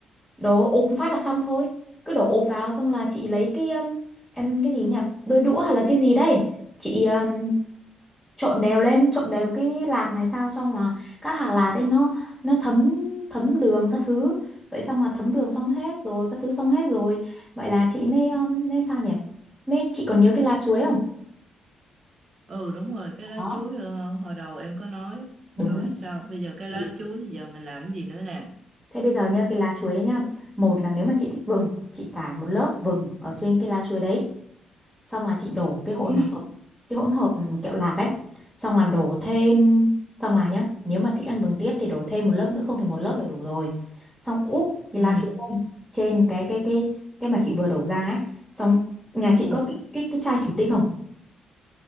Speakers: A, in the centre; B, on the right (about 45°).
A: Đổ ốp phát là xong thôi Cứ đổ ốp vào xong là chị lấy cái um, Em cái gì nhỉ Đôi đũa hay là cái gì đấy Chị um, trộn đều lên Trộn đều cái lạc này sao Xong mà các hạt lạc ấy nó Nó thấm thấm đường các thứ Vậy xong là thấm đường xong hết rồi Các thứ xong hết rồi Vậy là chị mới um, Nên sao nhỉ mới, Chị còn nhớ cái lá chuối không
B: Ừ đúng rồi, cái lá
A: Đó.
B: chuối ờ, hồi đầu em có nói. Rồi
A: Đúng
B: sao? Bây giờ cái lá
A: thì
B: chuối thì giờ mình làm cái gì nữa nè?
A: thế bây giờ nha cái lá chuối ấy nhá một là nếu mà chị thích vừng chị trải một lớp vừng ở trên cái lá chuối đấy xong là chị đổ cái hỗn
B: Ừ.
A: hợp cái hỗn hợp ừ, kẹo lạc ấy xong là đổ thêm xong là nhá nếu mà thích ăn vừng tiếp thì đổ thêm một lớp nữa không thì một lớp là đủ rồi xong úp
B: Ừ.
A: cái lá chuối lên trên cái cái cái cái mà chị vừa đổ ra ấy xong nhà
B: Ồ.
A: chị có cái cái cái chai thủy tinh không